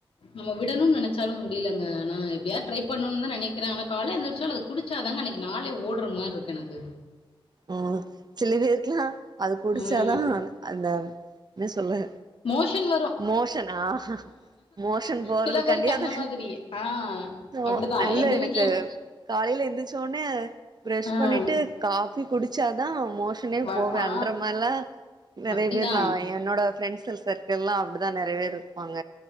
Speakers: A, on the left; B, on the right.
A: நம்ம விடணுன் நெனச்சாலும் முடியலங்க ஆனா எப்டியாத் ட்ரை பண்ணுன்தா நெனைக்கிறே ஆனா கால்ல எந்துருச்சாலு அது குடுச்சா தாங்க அன்னைக்கி நாளே ஓட்ற மார்ருக்கு எனக்கு
B: ம் சில பேருக்கல்லா அது குடிச்சாதா
A: ம்
B: அந்த என்ன சொல்லு
A: மோஷன் வரும்.
B: மோஷனா ஆ மோஷன் போறதுக்காண்டி
A: சில பேருக்கு
B: அது
A: அந்த மாதிரி. ஆ
B: னு
A: அப்படிதான்
B: நல்ல
A: எங்க
B: எனக்கு
A: வீட்ல
B: காலையில எந்துருச்சோனே அ ப்ரஷ்
A: ஆ
B: பண்ணீட்டு காஃபி குடிச்சாதா மோஷனே
A: வ
B: போவே
A: ஆ
B: அன்ற மார்ல்லா நெறைய
A: அப்டிதா
B: பேர்லா எ என்னோட ஃப்ரெண்ட்ஸ் சர்க்கிள்ல்லா அப்புடிதா நெறைய பேர் இருப்பாங்க